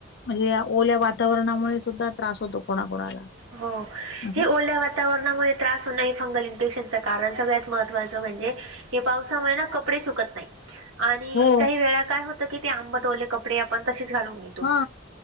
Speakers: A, on the left; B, on the right.
A: म्हणजे या ओल्या वातावरणामुळे सुद्धा त्रास होतो कोणाकोणाला.
B: हो.
A: असं
B: हे ओल्या वाट- वातावरणामुळे त्रास होण हे फंगल इन्फेक्शनच कारण. सगळ्यात महत्वाचं म्हणजे- हे पावसामुळे ना कपडेही सुकत नाही. आणि
A: हो
B: काही वेळा काय होतं की ते आंबटओले कपडे आपण तसेच घालून घेतो.
A: हा